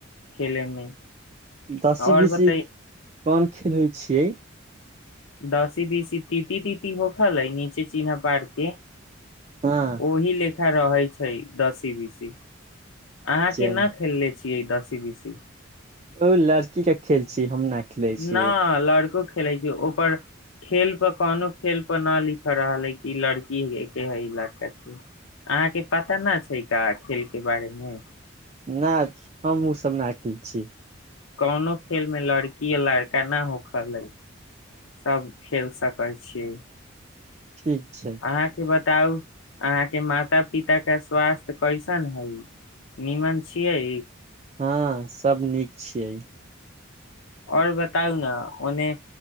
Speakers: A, on the left; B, on the right.
A: खेले मे
B: दसी
A: आओर
B: बीसी
A: बतै
B: कम खेलै छियै
A: दसी बीसी तीति तीति होखलै नीचे चिन्ह पार के
B: हँ
A: ओहि ले अच्छा रहै छै दसी बीसी अहाँ
B: चल
A: केना खेलले छी छियै दसी बीसी
B: ओ लड़की के खेल छी हम न खेले छी
A: न लड़को खेले छै ओपर खेल पर कोनो खेल पर न लिख रहल है कि लड़की के है ई लड़का के अहाँ के पता न छै का खेल के बारे मे
B: नहि हमहु सब न अकिल छी
A: कोनो खेल मे लड़की य लड़का नहि होखलइ सभ खेल सकैत छियै
B: ठीक छै
A: अहाँके बात बताउ अहाँ के माता पिता के स्वास्थ्य कैसन हइ नीमन छियै
B: हँ सब नीक छियै
A: और बताउ ने ओने